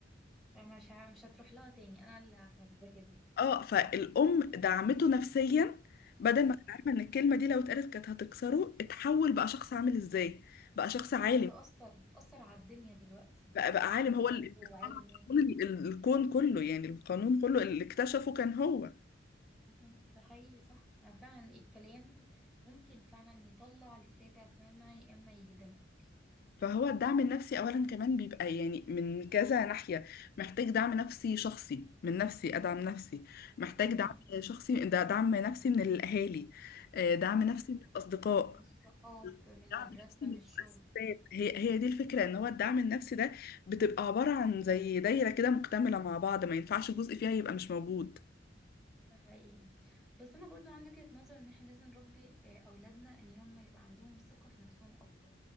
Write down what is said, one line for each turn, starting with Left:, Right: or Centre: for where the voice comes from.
Centre: فمش ه- مش هتروح لها تاني انا اللي هذاكر لها
Left: اه فالام دعمته نفسيا بدل
Centre: طب
Left: ما كانت عارفه ان الكلمه دي لو اتقالت كانت هتكسره اتحول بقى شخص عامل ازاي بقى شخص عالم
Centre: ده اثر اثر على الدنيا دلوقتي
Left: بقى بقى عالم
Centre: اختراعاته
Left: هو اللي
Centre: وعلمه
Left: اخترع قانون ال- ال- الكون كله يعني القانون كله اللي اكتشفه كان هو
Centre: مهم. ده حقيقي صح آه، فعلا الكلام ممكن فعلا يطلع للسابع سما يا اما يهدمك
Left: فهو الدعم النفسي اولا كمان بيبقى يعني من كذا ناحيه محتاج دعم نفسي شخصي من نفسي ادعم نفسي محتاج
Centre: مهم.
Left: دعم شخصي ده دعم نفسي من الاهالي آه، دعم
Centre: صح
Left: نفسي من الاصدقاء
Centre: من الصحاب من
Left: الدعم
Centre: المدرسة
Left: النفسي من
Centre: من
Left: المؤسسات
Centre: الشغل
Left: هي هي دي الفكرة ان هو الدعم النفسي ده بتبقى عبارة عن زي دايرة كده مكتملة مع بعض ما ينفعش جزء فيها يبقى مش موجود
Centre: ده حقيقي بس انا برضو عندي وجهة نظر ان احنا لازم نربي آه، اولادنا ان هم يبقى عندهم ثقة في نفسهم اكبر